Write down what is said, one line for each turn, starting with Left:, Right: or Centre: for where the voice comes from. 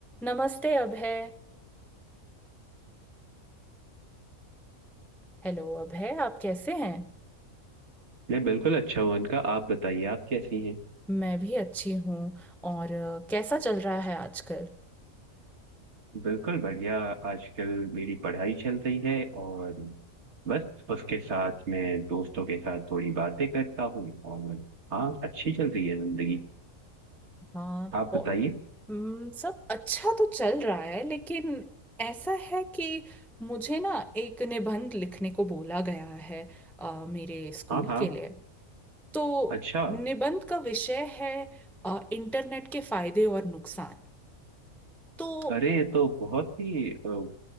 Centre: नमस्ते अभय हेलो अभय आप कैसे हैं
Right: मैं बिल्कुल अच्छा हूँ अनका आप बताइए आप कैसी हैं
Centre: मैं भी अच्छी हूँ और अ, कैसा चल रहा है आजकल
Right: बिल्कुल बढ़िया आजकल मेरी पढ़ाई चल रही है और बस उसके साथ मैं दोस्तों के साथ थोड़ी बातें करता हूँ और हाँ अच्छी चल रही है जिंदगी
Centre: हाँ
Right: आप
Centre: ब-
Right: बताइए
Centre: हम्म, सब अच्छा तो चल रहा है लेकिन ऐसा है कि मुझे ना एक निबंध लिखने को बोला गया है अ, मेरे स्कूल
Right: हाँ हाँ
Centre: के लिए तो
Right: अच्छा
Centre: निबंध का विषय है अ, इंटरनेट के फायदे और नुकसान तो
Right: अरे ये तो बहुत ही अ,